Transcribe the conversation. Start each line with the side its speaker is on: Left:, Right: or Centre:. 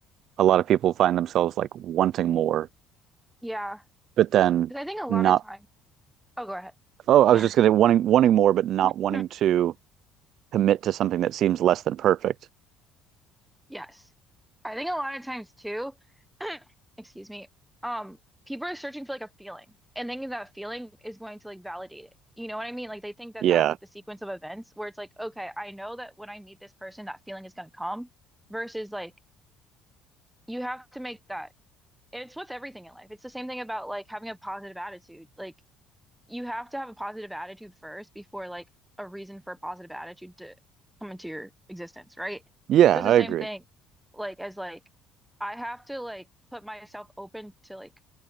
Right: a lot of people find themselves like wanting more,
Centre: yeah.
Right: but then
Centre: Because I think a lot
Right: not,
Centre: of time. Oh, go ahead. <laughs>
Right: oh, I
Centre: Sorry.
Right: was just gonna wanting wanting more, but not
Centre: <clears throat>
Right: wanting to commit to something that seems less than perfect.
Centre: Yes. I think a lot of times too, <clears throat> excuse me, um, people are searching for like a feeling and thinking that feeling is going to like validate it. You know what I mean? Like they think that
Right: Yeah.
Centre: that's like the sequence of events where it's like, okay, I know that when I meet this person, that feeling is going to come versus like you have to make that. And it's with everything in life. It's the same thing about like having a positive attitude. Like you have to have a positive attitude first before like a reason for a positive attitude to come into your existence, right?
Right: Yeah,
Centre: So it's
Right: I
Centre: the same
Right: agree.
Centre: thing, like as like I have to like put myself open to like